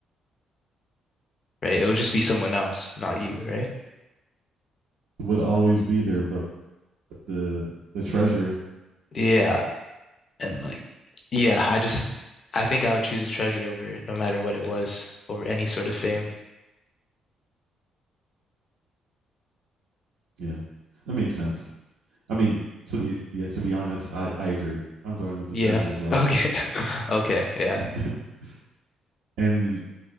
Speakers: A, on the left; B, on the right.
A: right? It'll just be someone else, not you, right?
B: Would always be there, but the the treasure,
A: Yeah, and like, yeah, I just, I think I would choose a treasure over it, no matter what it was, over any sort of fame.
B: yeah, that makes sense. I mean, to be yeah, to be honest, I I agree. I'm going with the
A: Yeah.
B: treasure as well.
A: Okay. <laughs> Okay. Yeah.
B: <laughs> and